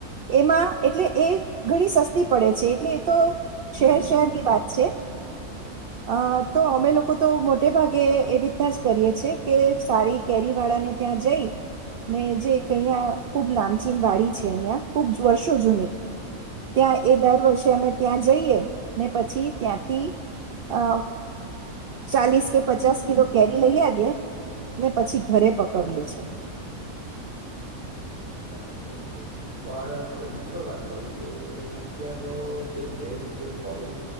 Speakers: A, on the right; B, on the right.
A: એમાં એટલે એ ઘણી સસ્તી પડે છે એટલે એ તો શહેર શહેરની વાત છે અ તો અમે લોકો તો મોટે ભાગે એવી રીતના જ કરીએ છેએ કે. સારી કેરી વાળા ને ત્યાં જઈ ને જે અહિયાં ખૂબ નામચીન વાડી છે અહિયાં ખૂબ વર્ષો જૂની ત્યાં એ દર વર્ષે અમે ત્યાં જઈએ ને પછી ત્યાંથી અ. ચાલીસ કે પચાસ કિલો કેરી લઈ આ દએ ને પછી ઘરે પકવીએે છે.
B: બરાબર છે પણ તમે બીજી પણ વાત કરું કે અત્યારનો જે ટ્રેન્ડ જે ફોરેન